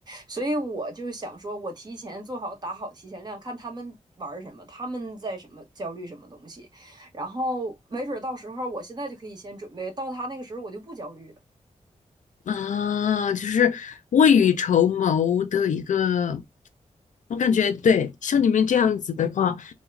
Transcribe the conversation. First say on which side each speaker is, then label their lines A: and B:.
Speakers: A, on the right (about 35°); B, on the left (about 75°).
A: 所以我就想说，我提前做好打好提前量，看他们玩儿什么，他们在什么焦虑什么东西，然后没准儿到时候我现在就可以先准备，到他那个时候我就不焦虑了。
B: 啊，就是未雨绸缪的一个，我感觉对，像你们这样子的话，